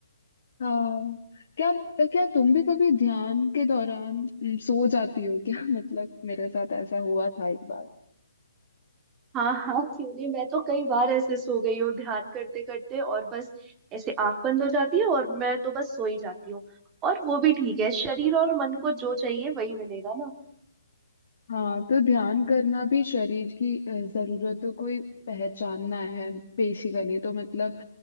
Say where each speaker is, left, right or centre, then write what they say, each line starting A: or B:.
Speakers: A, on the left; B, on the right.
A: हाँ क्या क्या तुम भी कभी ध्यान के दौरान हम्म, सो जाती हो क्या <laughs> मतलब मेरे साथ ऐसा हुआ था एक बार
B: हाँ हाँ क्यों नहीं मैं तो कई बार ऐसे सो गई हूँ ध्यान करते करते और बस ऐसे आंख बंद हो जाती है और मैं तो बस सो ही जाती हूँ और वो भी ठीक है शरीर और मन को जो चाहिए वही मिलेगा ना
A: हाँ तो ध्यान करना भी शरीर की अ, जरूरतों को ही पहचानना है बेसिकली तो मतलब